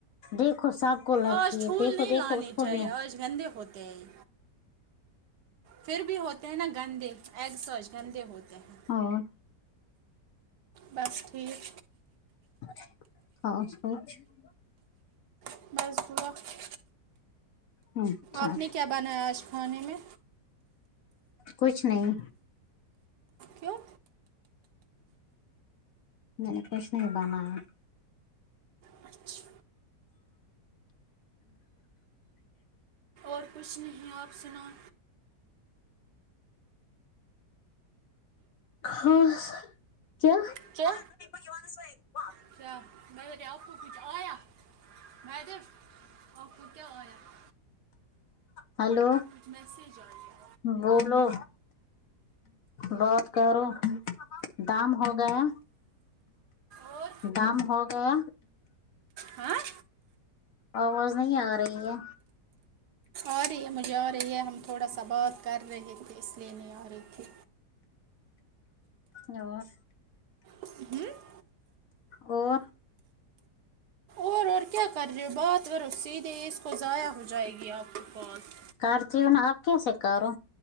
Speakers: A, on the left; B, on the right.
A: دیکھو سب کو لگی
B: آج چھول
A: ہے دیکھو
B: نہیں
A: دیکھو
B: لانے
A: اس کو
B: چاہیے
A: بھی
B: آج گندے ہوتے ہیں یہ پھر بھی ہوتے ہیں نا گندے ایگ سوز گندے ہوتے ہیں
A: اور
B: بس ٹھیک
A: <unintelligible>
B: <unintelligible>
A: اچھا
B: آپ نے کیا بنایا آج کھانے میں
A: کچھ نہیں
B: کیوں
A: میں نہ کچھ نہیں بنایا <unintelligible>
B: اچھا اور کچھ نہیں آپ سناؤ
A: خاص کیا
B: کیا
A: <unintelligible>
B: <unintelligible>
A: ہیلو
B: کچھ میسج ایا
A: بولو بات کرو گام ہو گیا
B: اور
A: کام ہو گیا
B: ہاں
A: آ واز نہیں آ رہی ہے
B: ارہی ہے مجھے آرہی ہے ہم تھوڑا سا بات کر رہے تھے اس لیے نہیں آ رہی تھی
A: اور
B: ھممم
A: اور
B: اور اور کیا کر رہے ہو بات کرو سیدھے اس کو ضائع ہو جائے گی آپ کے پاس
A: کرتی ہوں نا اب کیسے کرو